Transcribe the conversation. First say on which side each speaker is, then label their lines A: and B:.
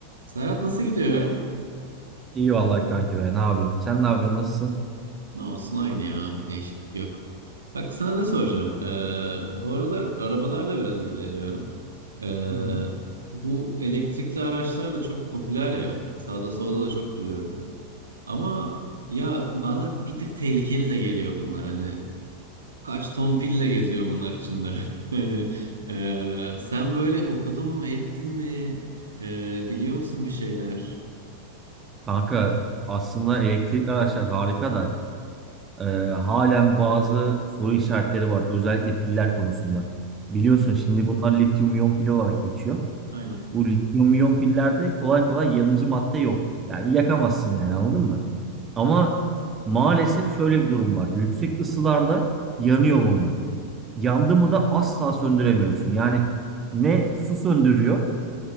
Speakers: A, on the right (about 75°); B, on the right (about 20°).
A: Serhat nasıl gidiyor?
B: İyi vallahi kanki be ne yapayım. Sen ne yapıyorsun nasılsın?
A: Ne olsun aynı ya. Bir değişiklik yok. Bak sana ne soracağım? Ee, bu aralar arabalarla biraz ilgileniyorum. Ee,
B: Hı hı.
A: bu elektrikli araçlar da çok popüler ya. Sağda solda da çok duyuyorum. Ama ya bana bir tık tehlikeli de geliyor bunlar. Hani kaç ton pille geziyor bunlar içinde. <laughs> Hani ee, sen böyle okudun mu ettin mi? Ee, biliyor musun bir şeyler?
B: Kanka aslında elektrikli araçlar harika da e, halen bazı soru işaretleri var. Özellikle piller konusunda. Biliyorsun
A: Hı hı,
B: şimdi bunlar lityum iyon pil olarak geçiyor.
A: Aynen.
B: Bu lityum iyon pillerde kolay kolay yanıcı madde yok. Yani yakamazsın yani anladın mı? Ama maalesef şöyle bir durum var. Yüksek ısılarda yanıyor bunlar. Yandı mı da asla söndüremiyorsun. Yani ne su söndürüyor